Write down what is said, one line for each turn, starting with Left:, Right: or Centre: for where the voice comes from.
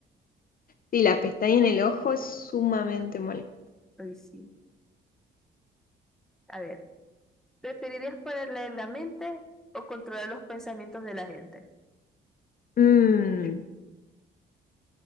Left: Sí, la pestaña en el ojo es sumamente molesta.
Centre: Uy, sí. A ver, ¿preferirías poder leer la mente o controlar los pensamientos de la gente?
Left: Mm,